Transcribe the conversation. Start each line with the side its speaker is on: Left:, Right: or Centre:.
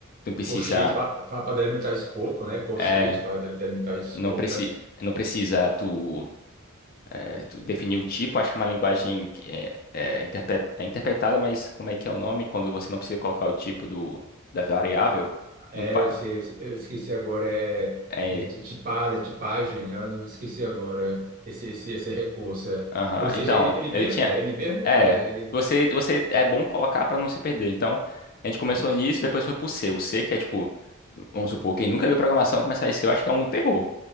Left: não precisa,
Right: Colchete para delimitar escopo, né? Colchete
Left: eh,
Right: para delimitar escopo.
Left: não preci,
Right: É,
Left: não precisa tu é, tu definir o tipo, acho que é uma linguagem que é, é, interpre- é interpretada, mas como é que é o nome? Quando você não precisa colocar o tipo do, da variável
Right: É,
Left: no pa-
Right: eu, sei, eu esqueci agora, é,
Left: é,
Right: é ti- tipada, tipagem, eu não esqueci agora esse, esse, esse recurso. é.
Left: aham.
Right: Ou seja,
Left: Então,
Right: ele, ele
Left: ele
Right: mesmo,
Left: tinha.
Right: é, ele mesmo,
Left: É,
Right: é, ele
Left: você, você é bom colocar para não se perder. Então, a gente começou
Right: Isso.
Left: nisso, depois foi pro C. O C, que é tipo, vamos supor, quem nunca viu programação começar em C, eu acho que é um terror.